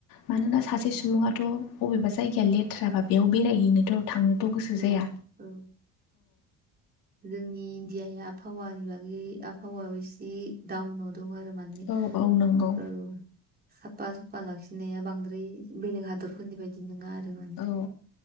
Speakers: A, on the left; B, on the right.
A: मानोना सासे
B: औ
A: सुबुङाथ' बबेबा जायगाया लेथ्राबा बेयाव बेरायहैनोथ' थांनोथ' गोसो
B: औ
A: जाया
B: औ जोंनि <unintelligible> आबहावानि बागै आबहावायाव एसे दाउनाव दं आरो माने
A: औ औ नंगौ
B: औ साफा सुफा लाखिनाया बांद्राय बेलेग हादरफोरनि बायदि नङा आरो माने
A: औ